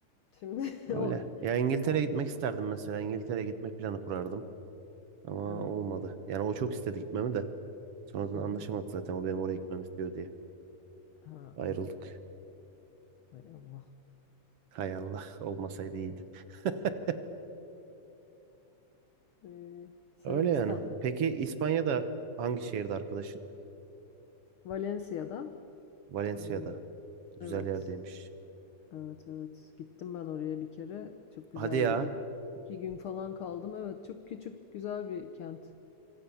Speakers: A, on the left; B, on the right.
A: Şimdi <laughs>
B: Öyle.
A: o
B: Ya İngiltere'ye
A: o
B: gitmek isterdim mesela. İngiltere'ye gitme planı kurardım. Ama
A: Hı hı.
B: olmadı. Yani o çok istedi gitmemi de. Sonradan
A: Hıı.
B: anlaşamadık zaten. O benim oraya gitmemi istiyor diye.
A: Ha,
B: Ayrıldık.
A: ah. Hay Allah.
B: Hay Allah. Olmasaydı iyiydi. <laughs>
A: Eee, Sırbistan.
B: Öyle yani. Peki
A: Siz-
B: İspanya'da hangi şehirde arkadaşın?
A: Valencia'da,
B: Valencia'da.
A: eee,
B: Güzel
A: evet.
B: yerdeymiş.
A: Evet, evet. Gittim ben oraya bir kere. Çok güzeldi.
B: Hadi ya.
A: İk- İki, gün falan kaldım. Evet, çok küçük, güzel bir kent.